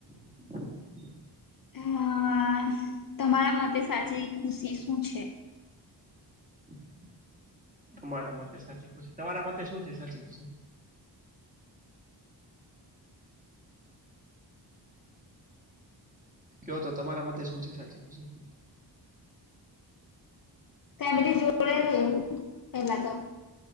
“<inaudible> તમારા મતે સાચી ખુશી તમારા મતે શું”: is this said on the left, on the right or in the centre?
Right